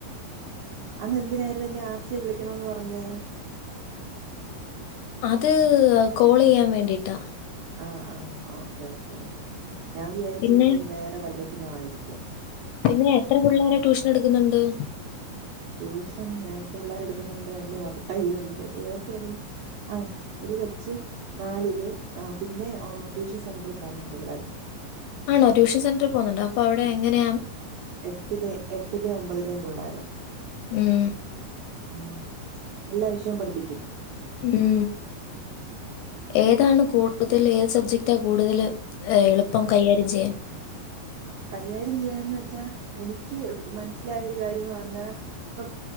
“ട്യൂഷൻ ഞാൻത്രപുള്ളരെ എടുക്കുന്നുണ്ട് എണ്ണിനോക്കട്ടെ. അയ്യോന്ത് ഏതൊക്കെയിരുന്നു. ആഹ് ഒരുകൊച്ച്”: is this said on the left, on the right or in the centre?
Right